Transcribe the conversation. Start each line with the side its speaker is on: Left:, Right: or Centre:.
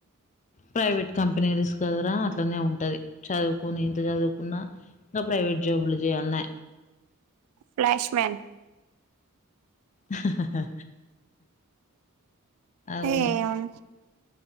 Left: ప్రైవేట్ కంపనీ రస్ కదరా అట్లనే ఉంటది చదువుకుని ఇంత చదువుకున్నా ఇంకా ప్రైవేట్ జాబులు చేయాలన్నా
Right: ఫ్లాష్ మ్యాన్
Left: అహహా అవును.
Right: ఏమో